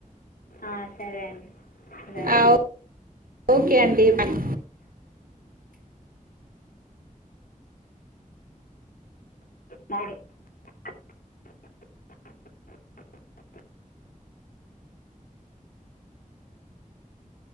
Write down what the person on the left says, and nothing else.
ఆ సరే అండి లే
<inaudible>